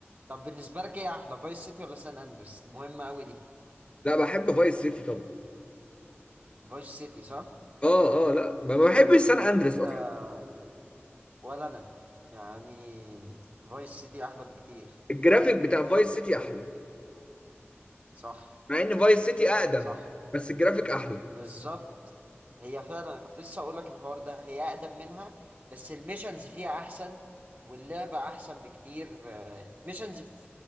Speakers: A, on the right (about 40°); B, on the left (about 25°).
A: طب بالنسبة لك ايه احلى فايس سيتي ولا سان اندريس مهمة قوي دي
B: لا بحب فايس سيتي طبعا
A: فايس سيتي صح
B: اه اه لا ما ما بحبش سان اندريس
A: كده
B: اصلا
A: ولا انا يعني فايس سيتي احلى بكتير
B: الجرافيك بتاع فايس سيتي احلى
A: صح
B: مع ان فايس سيتي اقدم
A: صح
B: بس الجرافيك احلى
A: بالظبط هي فعلا أنا كنت لسه اقول لك الحوار ده هي اقدم منها بس الميشنز فيها احسن واللعبة احسن بكتير آه، ميشنز في